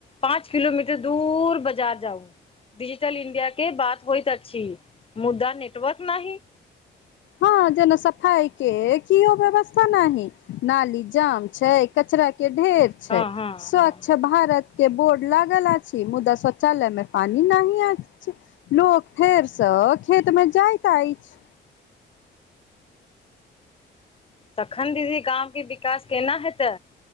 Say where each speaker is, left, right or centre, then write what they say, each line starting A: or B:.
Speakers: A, on the left (about 30°); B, on the left (about 70°).
A: पाँच किलोमीटर दूर बाजार जाउ। डिजिटल इंडिया के बात होयत अछि मुद्दा नेटवर्क नहि।
B: हां जेना सफाई के कियो व्यवस्था नाहि। नाली जाम छै, कचरा के ढेर छै,
A: हँ हँ
B: स्वच्छ
A: हँ
B: भारत के बोर्ड लागल अछि, मुद्दा शौचालय मे पानी नहि अछि। लोक फेर सँ खेतमे जाएत एछ।
A: तखन दीदी गाँवके विकास केना हेतै।